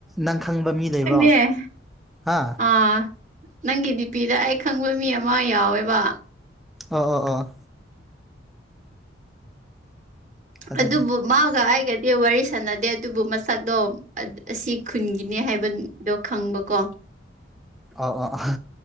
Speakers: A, in the centre; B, on the right.
A: ꯅꯪ ꯈꯪꯕ ꯃꯤ ꯂꯩꯕ꯭ꯔꯣ
B: ꯆꯦ
A: ꯍꯥ
B: ꯑꯥ ꯅꯪꯒꯤ ꯗꯤꯄꯤꯤꯗ ꯑꯩ ꯈꯪꯕ ꯃꯤ ꯑꯃ ꯌꯥꯎꯋꯦꯕ
A: ꯑꯣ ꯑꯣ ꯑꯣ ꯑꯗꯨꯅꯤ
B: ꯑꯗꯨ ꯃꯥꯒ ꯑꯩꯒꯗꯤ ꯋꯥꯔꯤ ꯁꯥꯟꯅꯗꯦ ꯑꯗꯨꯕꯨ ꯃꯁꯗꯣ ꯑꯁꯤ ꯈꯨꯟꯒꯤꯅꯤ ꯍꯥꯏꯕ ꯑꯗꯣ ꯈꯪꯕꯀꯣ
A: ꯑ ꯑꯥ ꯑ